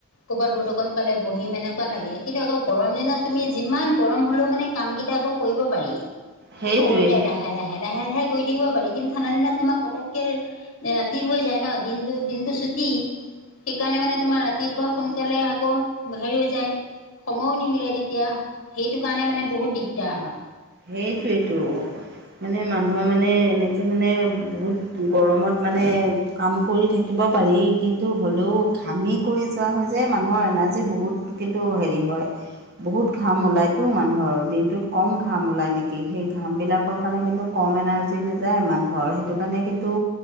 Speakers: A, on the left (about 65°); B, on the right (about 45°).
A: ক'ৰবাত ৰ'দ অকণ পালে বহিম, এনেকুৱা লাগে কিন্তু অকৌ গৰম দিন তুমি যিমান গৰম হ'লেও মানে কামকেইটা আকৌ কৰিব পাৰি।
B: সেইটোৱে
A: কৰো দে,
B: সেইটোৱে
A: লাহে-লাহে-লাহে-লাহে কৰি থাকিব পাৰি। ঠাণ্ডা দিনত তোমাক পতককে- ৰাতি হৈ যায় ন, দিনটো-দিনতটো ছুটি। সেইকাৰণে মানে তোমাৰ ৰাতিপুৱা সোনকালে আকৌ হেৰি হৈ যায় সময়ো নিমিলে। এতিয়া সেইটো কাৰণে মানে বহুত দিগদাৰ হয়।
B: সেইটোৱেতো। মানে মানুহৰ মানে এনেকৈ মানে বহুত গৰমত মানে কাম কৰি থাকিব পাৰি, কিন্তু হ'লেও ঘামি কৰি যোৱা হয় যে মানুহৰ এনাৰ্জী বহুত কিন্তু হেৰি হয় বহুত ঘাম ওলাই। টো মানুহৰ দিনটোত কম ঘাম ওলাই নেকি, সেই ঘাম বিলাকৰ কাৰণে কিন্তু কম এনাৰ্জি নাযায় মানুহৰ সেইটো কাৰণে কিন্তু